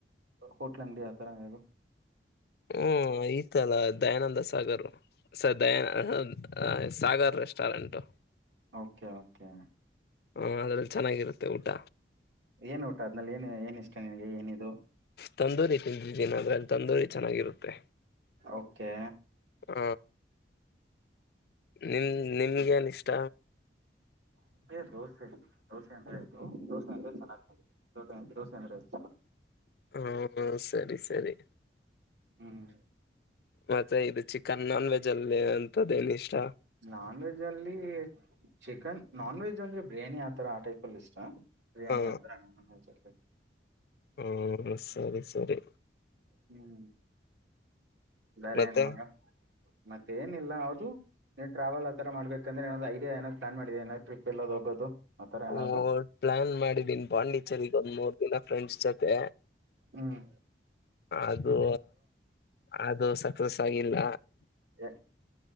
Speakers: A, on the right (about 85°); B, on the left (about 55°).
A: ಹೋಟ್ಲ್ ಅಂಗಡಿ ಆತರ ಯಾಗೋ.
B: ಹ್ಮ್ ಐತಲ್ಲ Dayananda Sagar. Sir Dayanand Sagar restaurant.
A: Okay okay.
B: ಹಾ ಅದ್ರಲ್ಲಿ ಚೆನ್ನಾಗಿರುತ್ತೆ ಊಟ.
A: ಏನ್ ಊಟ ಅದ್ನಲ್ಲಿ ಏನ್ ಏನ್ ಇಷ್ಟ ನಿನಗೆ ಏನಿದು?
B: ತಂದೂರಿ ತಿಂದಿದ್ದೀನ ಅಂದ್ರೆ ಅಲ್ಲಿ ತಂದೂರಿ ಚೆನ್ನಾಗಿರುತ್ತೆ.
A: ಓಕೆ.
B: ಹ ನಿಮ್ ನಿಮ್ಗೇನ್ ಇಷ್ಟ?
A: ನಂಗೆ ದೋಸೆ ಇತು ದೋಸೆ ಅಂದ್ರೆ ಆಯ್ತು ದೋಸೆ ಅಂದ್ರೆ ಚೆನ್ನಾಗ್ತದೆ ದೋಸೆ ಅಂದ್ರೆ ಇಷ್ಟ.
B: ಹ್ಮ ಸರಿ ಸರಿ.
A: ಹ್ಮ್
B: ಮತ್ತೆ ಇದು ಚಿಕನ್ ನಾನ್ ವೆಜ್ ಅಲ್ಲಿ ಅಂತದೇನ್ ಇಷ್ಟ?
A: ನಾನ್ ವೆಜ್ಜಲ್ಲಿ ಚಿಕನ್ ನಾನ್ ವೆಜ್ ಅಂದ್ರೆ ಬಿರಿಯಾನಿ ಆತರ ಆ ಟೈಪ್ ಅಲ್ಲಿ ಬಿರಿಯಾನಿ
B: ಹ
A: ಆತರ ನಾನ್ ವಜ್ ಅ
B: ಹ್ಮ ಸರಿ ಸರಿ.
A: ಹ್ಮ್ ಬೇರೇನ್
B: ಮತ್ತೆ
A: ಮಗ ಮತ್ತೆೇನಿಲ್ಲ ಹೌದು. ನೀನ್ ಟ್ರಾವೆಲ್ ಆ ತರ ಮಾಡಬೇಕಂದ್ರೆನೊ ಐಡಿಯಾ ಏನಾದ್ರು ಪ್ಲಾನ್ ಮಾಡಿದೆ ಏನ ಟ್ರಿಪ್ ಎಲ್ಲದ ಹೋಗೋದು. ಆತರ ಏನಾದ್ರು
B: ಹ ಪ್ಲಾನ್ ಮಾಡಿದೀನ್ ಪಾಂಡೀಚೆರ್ಗ್ ಒಂದ್ ಮೂರ್ ದಿನ ಫ್ರೆಂಡ್ಸ್ ಜೊತೆ.
A: ಹ್ಮ್
B: ಅದು ಅದು ಸಕ್ಸಸ್ ಆಗಿಲ್ಲ.
A: ಯ